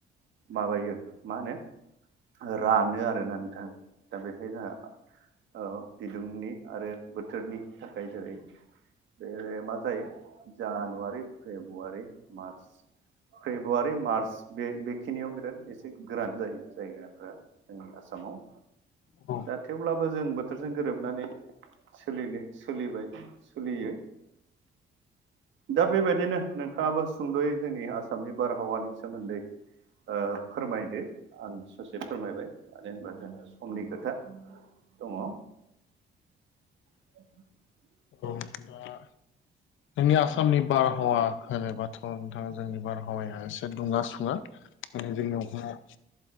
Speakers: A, on the right; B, on the left.
A: माबायो मा होनो रानो आरोना नोंथां दा बेहाय जोंहा ओ बिदुंनि आरो बोथोरनि थाखाय जेरै बे मा जायो January, February, March February March बे बेखिनियाव बिराद एसे गोरान जायो जायगाफ्रा जोंनि आसामाव
B: औ
A: दा थेवब्लाबो जों बोथोरजों गोरोबनानै सोलिनो सोलिबाय सोलियो दा बेबायदिनो नोंथाङाबो सुंद'यै जोंनि आसामनि बारहावानि सोमोन्दै ओ फोरमायदो आं ससे फोरमायबाय मानो होनबा जोंहा समनि खोथा दङ <unintelligible>
B: औ द दा जोंनि आसामनि बारहावा होनोबाथ' नोंथाङा जोंनि बारहावाया एसे दुङा सुङा माने जोंनियावहा